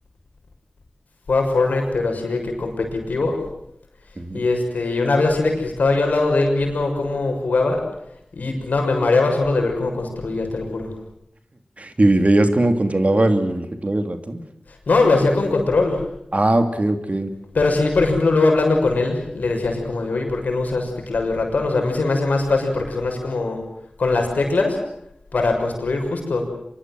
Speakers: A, on the left; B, on the right.
A: Juega Fortnite, pero así de que competitivo.
B: Ujú.
A: Y este, y una vez así de que estaba yo al lado de él viendo cómo jugaba. Y no, me mareaba solo de ver cómo construía, te lo juro.
B: ¿Y veías cómo controlaba el teclado y el ratón?
A: No, lo hacía con control.
B: Ah, ok, ok.
A: Pero sí, por ejemplo, luego hablando con él, le decía así como de, oye, ¿por qué no usas teclado y ratón? O sea, a mí se me hace más fácil porque son así como con las teclas para construir justo.